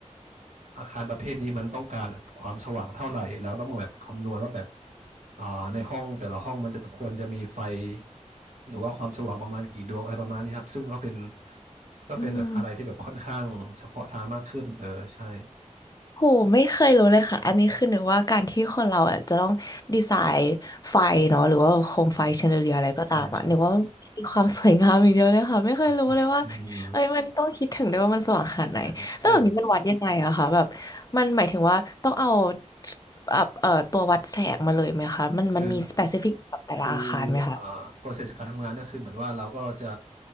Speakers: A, on the right; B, on the left.
A: อาคารประเภทนี้มันต้องการแบบความสว่างเท่าไหร่แล้วต้องแบบคำนวณว่าแบบอ่าในห้องแต่ละห้องมันจะควรจะมีไฟหรือว่าความสว่างประมาณกี่ดวงอะไรประมาณนี้ครับซึ่งก็เป็นก็เป็นแบบอะไรที่แบบค่อนข้างเฉพาะทางมากขึ้นเออใช่
B: อืม โหไม่เคยรู้เลยค่ะอันนี้คือนึกว่าการที่คนเราอะจะต้องดีไซน์ไฟเนาะหรือว่าแบบโคมไฟแชนเดอเลียอะไรก็ตามอ่ะนึกว่ามันคือความสวยงามอย่างเดียวเลยค่ะไม่เคยรู้เลยว่าเอ้ยมันต้องคิดถึงด้วยว่ามันสว่างขนาดไหนแล้วแบบนี้มันวัดยังไงอะคะแบบ
A: อืมใช่ใช่ใช่อืมใช่มันใช่มัน
B: มันหมายถึงว่าต้องเอาแบบเอ่อตัววัดแสงมาเลยไหมคะมันมันมีสเปซิฟิกกับแต่ละอาคารไหมคะ
A: คือคือเอ่อ process การทำงานก็คือเหมือนว่าเราก็จะ